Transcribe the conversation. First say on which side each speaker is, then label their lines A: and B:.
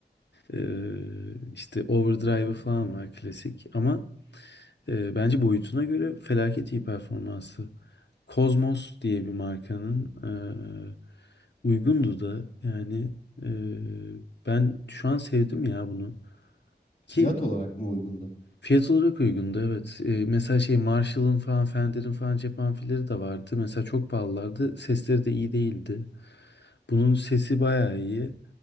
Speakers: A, on the left; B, on the left.
A: E, işte overdrive falan var klasik. Ama e, bence boyutuna göre felaket iyi performansı. Cosmos diye bir markanın eee, uygundu da yani eee, ben şu an sevdim ya bunu. Ki
B: Fiyat olarak mı uygundu?
A: fiyat olarak uygundu evet. Eee, mesela şey Marshall'ın falan Fender'in falan cep amfileri de vardı. Mesela çok pahalılardı. Sesleri de iyi değildi. Bunun sesi bayağı iyi.